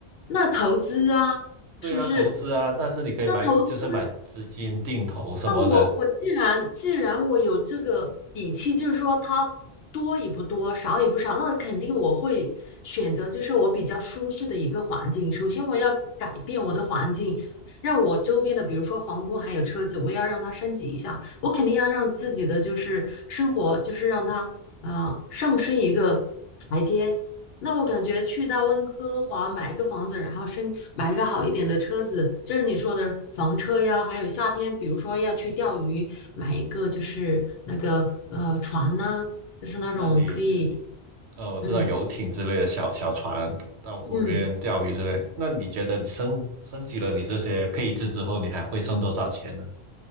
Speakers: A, on the left; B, on the right.
A: 那投资啊，
B: 对啊，
A: 是不是？
B: 投资啊，但是你可以买，
A: 那投资。
B: 就是买资金定投什么的。
A: 那我我既然既然我有这个底气，就是说它多也不多，少也不少，那肯定我会选择就是我比较舒适的一个环境。首先我要改变我的环境，让我周边的，比如说房屋还有车子，我要让它升级一下。我肯定要让自己的就是生活，就是让它呃上升一个台阶。那我感觉去到温哥华买一个房子，然后升买一个好一点的车子，就是你说的房车呀，还有夏天，比如说要去钓鱼，买一个就是那个呃船呐、就是那种可以，
B: 那你是呃，我知道游艇之类的小小船到湖边钓鱼之类。
A: 嗯嗯，
B: 那你觉得你升升级了你这些配置之后，你还会剩多少钱呢？